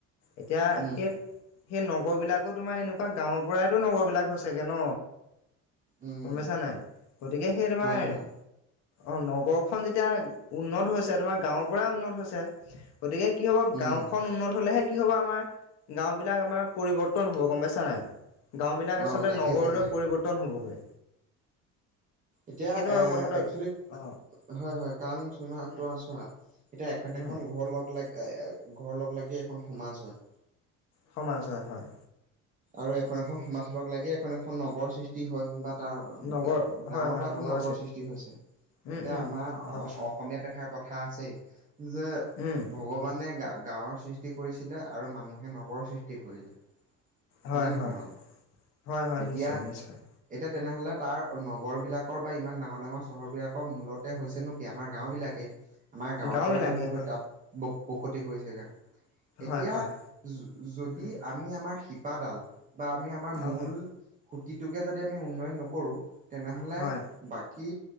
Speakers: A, on the left; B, on the right.
A: এতিয়া
B: উম
A: সেই সেই নগৰবিলাকো তোমাৰ এনেকুৱা গাঁৱৰ পৰাইতো নগৰ বিলাক হৈছে ছেগে ন
B: উম
A: গম পাইছা নাই গতিকে সেই তোমাৰ
B: হয় হয়
A: অ নগৰখন যেতিয়া উন্নত হৈছে তোমাৰ গাঁৱৰ পৰাই উন্নত হৈছে গতিকে কি হ'ব
B: উম
A: গাঁওখন উন্নত হ'লেহে কি হ'ব আমাৰ গাও বিলাক আমাৰ পৰিৱৰ্তন হব গম পাইছা নাই গাও বিলাক
B: অ
A: আচলতে
B: তাকে
A: নগৰলৈ
B: তাকে
A: পৰিৱৰ্ তন হ'বগে
B: এতিয়া এ
A: আৰু কথাটো
B: একচোলি
A: অ
B: হয় হয় কাৰণ চুমা
A: উম
B: তোমাৰ চোৱা এতিয়া এখন
A: উম
B: এখন ঘৰ লগ লাগি এ এ ঘৰ লগ লাগি এখন সমাজ হয়
A: সমাজ হয় হয়
B: আৰু এখন এখন সমাজ লগ লাগি এখন এখন নগৰ সৃষ্টি হয় বা গাও
A: নগৰ
B: গাও
A: হয়
B: গাঁৱৰ
A: হয়
B: পৰাইতো
A: নগৰৰ
B: নগৰ সৃষ্টি হৈছে
A: উম
B: এতিয়া
A: উম
B: আমাৰ
A: হয়
B: অ
A: হয়
B: অসমীয়াত এষাৰ কথা আছেই যে
A: উম
B: ভগৱানে গা গাঁৱৰ সৃষ্টি কৰিছিলে আৰু মানুহে নগৰৰ সৃষ্টি কৰিলে হয়নে
A: হয়
B: নহয়
A: হয়
B: বাৰু
A: হয় হয়
B: এতিয়া
A: নিশ্চয় নিশ্চয়
B: এতিয়া তেনেহ'লে তাৰ নগৰবিলাকৰ বা ইমান ডাঙৰ ডাঙৰ চহৰবিলাকৰ মূলতে হৈছে নো কি আমাৰ গাঁওবিলাকেই আমাৰ গাঁৱৰ
A: গাঁওবিলাকে
B: পৰাই মানুহ গৈ
A: হয়
B: তাত ব বসতি কৰিছেগে
A: হয়
B: এতিয়া
A: হয়
B: য যদি
A: উম
B: আমি আমাৰ শিপ শিপাডাল বা আমি আমাৰ
A: হয়
B: মূল খুঁতিটোকে যদি আমি উন্নয়ন নকৰোঁ তেনেহ'লে
A: হয়
B: বাকী